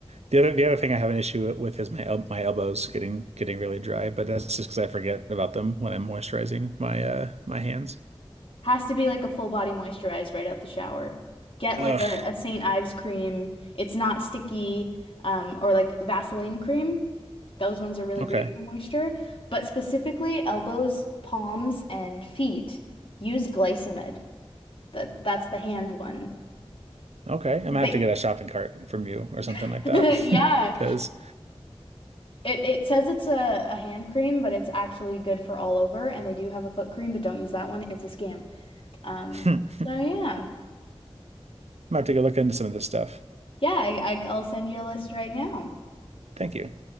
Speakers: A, on the right; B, on the left.
A: The other the other thing I have an issue with is my el my elbows getting getting really dry, but that's just because I forget about them when I'm moisturizing my uh my hands.
B: Has to be like a full body moisturize right out the shower. Get like
A: Ugh.
B: a, a St. Ives cream. It's not sticky, um, or like Vaseline cream. Those ones are really
A: Okay.
B: great for moisture. But specifically, elbows, palms, and feet, use Glycimed. That that's the hand one.
A: Okay. I'm gonna
B: They,
A: have to get a shopping cart from you or something
B: <laughs>
A: like that
B: yeah.
A: <laughs> because.
B: It it says it's a, a hand cream, but it's actually good for all over. And they do have a foot cream, but don't use that one. It's a scam. Um,
A: <laughs>
B: so yeah.
A: I'm gonna take a look into some of this stuff.
B: Yeah, I, I, I'll send you a list right now.
A: Thank you.